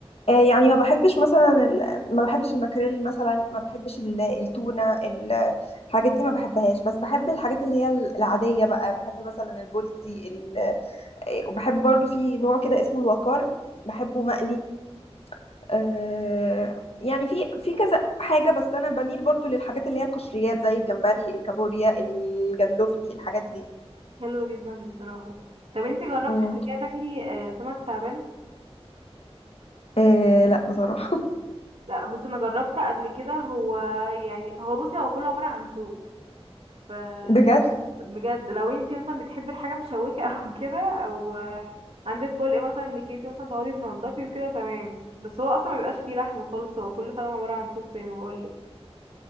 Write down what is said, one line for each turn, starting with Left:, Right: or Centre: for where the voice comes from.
Left: آه يعني ما بحبش مثلا ال... ما بحبش الماكريل مثلا ما بحبش ال- التونة ال- الحاجات دي ما بحبهاش بس بحب الحاجات اللي هي العادية بقى بحب مثلا البولتي ال... آه، وبحب برضو في نوع كده اسمه الوقار بحبه مقلي آه يعني في في كذا حاجة بس أنا بميل برضو للحاجات اللي هي القشريات زي الجمبري الكابوريا الجندوفلي الحاجات دي
Right: حلو جدا بصراحة طب انتي جربتي
Left: مم.
Right: قبل كده تاكلي آه، سمك تعبان؟
Left: آه لا بصراحة
Right: لا بصي انا جربت قبل كده هو يعني هو بصي هو كله عبارة عن شوك ف
Left: <laughs> بجد
Right: بجد لو انتي مثلا بتحبي الحاجه مشوكه او <laughs> كده او عندك خلق مثلا انك انتي مثلا تقعدي تنضفي وكده تمام بس هو اصلا ما بيبقاش فيه لحم خالص هو كله فعلا عباره عن شوك زي ما بقولك